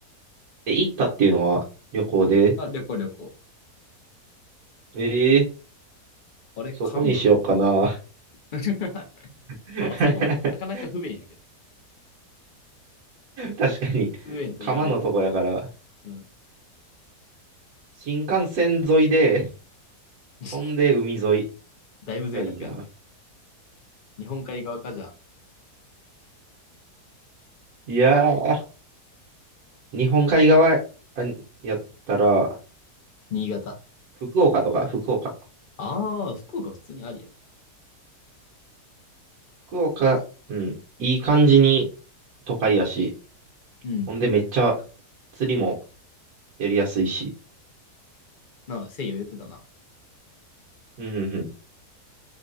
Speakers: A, on the right; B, on the left.
A: え行ったっていうのは旅行で。
B: あ、旅行旅行。
A: ええ
B: あれ、
A: そこにしようかな。
B: 神や。<laughs>
A: <laughs>
B: まあ、あそこもなかなか不便やけど。
A: 確かに。
B: そう不便と言われれば。
A: 釜のとこやから、
B: うん。
A: 新幹線沿いで、
B: <laughs>
A: ほんで海沿い
B: だいぶ贅沢やな。
A: がいいな。
B: 日本海側かじゃあ、
A: いやー、日本海側あやったら、
B: 新潟。
A: 福岡とか、福岡
B: ああ、福岡普通にありやな。
A: 福岡、うん、いい感じに都会やし、
B: うん。
A: ほんでめっちゃ釣りもやりやすいし、
B: なあ、西洋言ってたな。
A: うんうんうん、